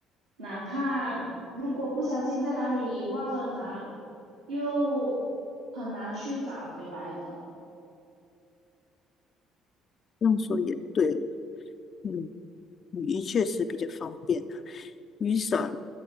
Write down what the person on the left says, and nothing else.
这样说也对嗯，雨衣确实比较方便啊，雨伞